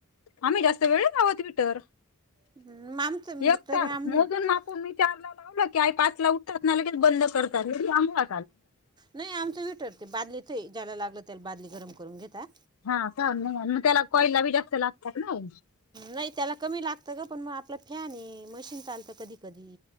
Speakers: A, on the left; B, on the right.
A: आम्ही जास्त वेळ नाही लावत हिटर,
B: हम्म, आमचं
A: एक
B: तरी
A: तास
B: आमनं
A: मोजून
B: हम्म,
A: मापून मी. चार ला लावलं की आई पाचला उठतात ना, लगेच बंद करतात लगे अंघोळा
B: नही आमचं हिटर ते बादलीत हे, ज्याला लागलं त्याला बादली गरम करून घेता.
A: हा का नं मग नं मग त्याला कॉईलला बी जास्त लागतात ना!
B: नही त्याला कमी लागत ग, पण म आपलं फॅन हे, मशीन चालतं कधी कधी.